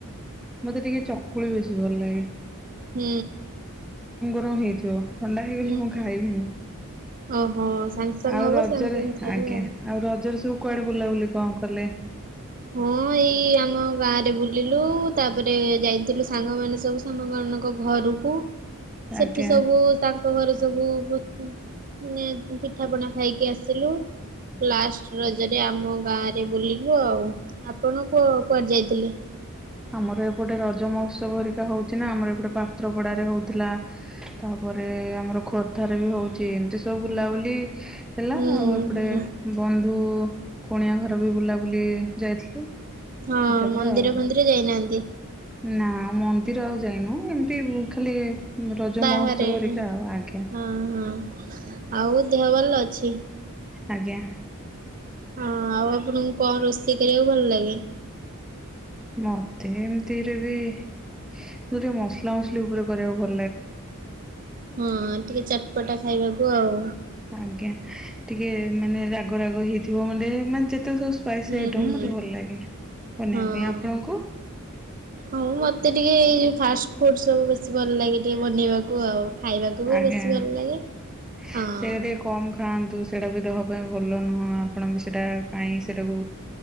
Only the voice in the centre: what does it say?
ମତେ ଟିକେ ଚକୁଳି ବେଶୀ ଭଲ ଲାଗେ।
କଣ ହେଇଥିବ? ଥଣ୍ଡା ହେଇଗଲେ
ମୁଁ ଖାଇବିନି
ଆଉ
ରଜରେ
ଆଜ୍ଞା ଆଉ ରଜରେ ସବୁ କୁଆଡେ ବୁଲାବୁଲି କଣ କଲେ?
ଆଜ୍ଞା
ଆମର ଏପଟେ ରଜ ମହୋତ୍ସବ ହେରିକା ହଉଛି ନା ଆମର ଏପଟେ ପାତ୍ରପଡାରେ ହଉଥିଲା ତାପରେ ଆମର ଖୋର୍ଦ୍ଧାରେ ବି ହଉଛି ଏମିତି ସବୁ ବୁଲାବୁଲି ହେଲା
ଆଉ ଏପଟେ
ବନ୍ଧୁ କୁଣିଆ ଘର ବି ବୁଲାବୁଲି ଯାଇଥିଲୁ।
ଏଟା ପୁରା
ଆଉ।
ନା ମନ୍ଦିର ଆଉ ଯାଇନୁ ଏମିତି ଖାଲି ରଜ
ମହୋତ୍ସବ ହେରିକା
ଆଉ ଆଜ୍ଞା।
ଆଜ୍ଞା।
ମତେ ଏମିତିରେ ବି ଟିକେ ମସଲା ମସଲି ଉପରେ କରିବାକୁ ଭ
ଆଜ୍ଞା ଟିକେ ମାନେ ରାଗ ରାଗ ହେଇଥିବ ମାନେ ମାନେ ଯେତେ ସବୁ ସ୍ପାଇସି
ଆଇଟମ
ମତେ ଭଲ ଲାଗେ ବନିବା
ପାଇଁ ଆପଣଙ୍କୁ
ଆଜ୍ଞା
ସେଇଟା
ଟିକେ କମ ଖାଆନ୍ତୁ ସେଇଟା ବି ଦେହ ପାଇଁ ଭଲ ଭଲ ନୁହଁ ଆପଣ ବି ସେଇଟା କାହିଁକି ସେଇଟାକୁ